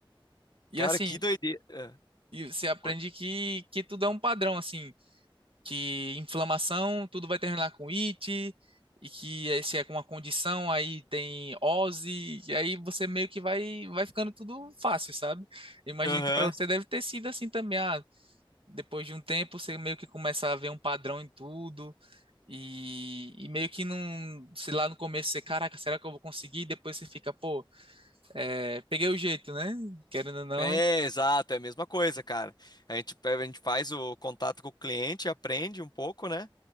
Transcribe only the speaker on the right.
E
assim,
e você aprende
que, que tudo é um padrão, assim. que inflamação, tudo vai terminar com it, e que aí se é com uma condição, aí tem ose, e aí você meio que vai, vai ficando tudo fácil, sabe? Imagino
que para você deve ter sido assim também, ah, depois de um tempo você meio que começa a ver um padrão em tudo, e, e meio que não, sei lá no começo você, caraca, será que eu vou conseguir? E depois você fica, pô, é, peguei o jeito, né? Querendo ou não,